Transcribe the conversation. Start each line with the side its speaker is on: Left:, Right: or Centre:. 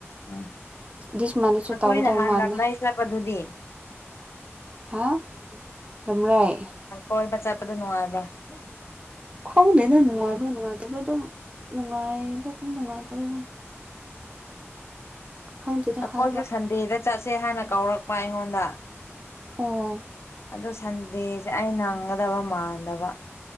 Left: ꯎꯝ
Right: ꯗꯤꯁ ꯃꯟꯗꯁꯨ
Left: ꯅꯈꯣꯏ
Right: ꯇꯧꯒꯗꯕ
Left: ꯅꯍꯥꯟ
Right: ꯃꯥꯜꯂꯦ
Left: ꯂꯝꯂꯥꯏ ꯆꯠꯄꯗꯨꯗꯤ
Right: ꯍꯥ ꯔꯝꯂꯥꯏ
Left: ꯍꯣꯏꯕ ꯆꯠꯄꯗ ꯅꯨꯡꯉꯥꯏꯕ꯭ꯔꯥ
Right: ꯎ ꯈꯣꯡꯗꯦꯅ ꯅꯨꯡꯉꯥꯏꯕ꯭ꯔ ꯅꯨꯡꯉꯥꯏꯇꯕ ꯑꯗꯨꯝ ꯅꯨꯡꯉꯥꯏꯕꯒꯨꯝ ꯅꯨꯡꯉꯥꯏꯇꯕꯒꯨꯝ ꯈꯪꯗꯦꯗ
Left: ꯑꯩꯈꯣꯏꯁꯨ
Right: ꯍꯥꯏꯕ
Left: ꯁꯟꯗꯦꯗ ꯆꯠꯁꯦ ꯍꯥꯏꯅ ꯀꯧꯔꯛꯄ ꯑꯩꯉꯣꯟꯗ
Right: ꯑꯣ
Left: ꯑꯗ ꯁꯟꯗꯦꯁꯦ ꯑꯩ ꯅꯪꯒꯗꯕ ꯃꯥꯟꯗꯕ